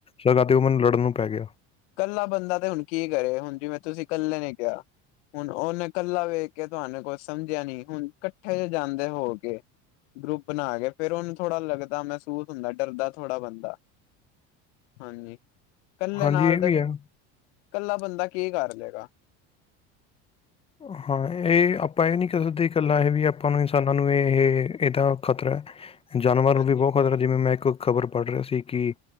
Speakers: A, on the left; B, on the left.
A: ਸਗਾ ਤੇ ਉਹ ਮੈਨੂੰ ਲੜਨ ਨੂੰ ਪੈ ਗਿਆ।
B: ਇਕੱਲਾ ਬੰਦਾ ਤੇ ਹੁਣ ਕੀ ਕਰੇ। ਹੁਣ ਜੀ ਮੈਂ ਤੁਸੀਂ ਇਕੱਲੇ ਨੇ ਕਿਹਾ ਹੁਣ ਉਹਨੇ ਇਕੱਲਾ ਵੇਖ ਕੇ ਤੁਹਾਨੂੰ ਕੁਛ ਸਮਝਿਆ ਨੀ, ਹੁਣ ਇਕੱਠੇ ਚ ਜਾਂਦੇ ਹੋ ਕੇ ਗਰੁੱਪ ਬਣਾ ਕੇ ਫਿਰ ਉਹਨੂੰ ਥੋੜਾ ਲੱਗਦਾ ਮਹਿਸੂਸ ਹੁੰਦਾ ਡਰਦਾ ਥੋੜਾ ਬੰਦਾ। ਹਾਂਜੀ ਇਕੱਲੇ
A: ਹਾਂਜੀ
B: ਨਾਲ
A: ਇਹ ਵੀ ਹੈ
B: ਇਕੱਲਾ ਬੰਦਾ ਕੀ ਕਰ ਲਏਗਾ।
A: ਹ ਹਾਂ ਇਹ ਆਪਾਂ ਇਹ ਨੀ ਕਹਿ ਸਕਦੇ ਇਕੱਲਾ ਇਹ ਵੀ ਆਪਾਂ ਨੂੰ ਇਨਸਾਨਾਂ ਨੂੰ ਇਹਦਾ ਖ਼ਤਰਾ ਹੈ। ਜਾਨਵਰ
B: ਹਾਂਜੀ
A: ਨੂੰ ਵੀ ਬਹੁਤ ਖਤਰਾ ਹੈ ਜਿਵੇਂ ਮੈਂ ਇੱਕ ਖ਼ਬਰ ਪੜ੍ਹ ਰਿਹਾ ਸੀ, ਕਿ